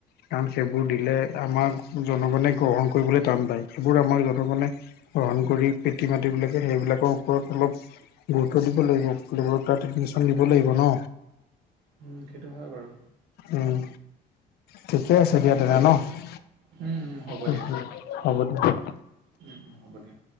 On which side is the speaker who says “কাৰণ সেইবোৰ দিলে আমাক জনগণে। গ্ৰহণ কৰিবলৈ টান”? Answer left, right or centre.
Left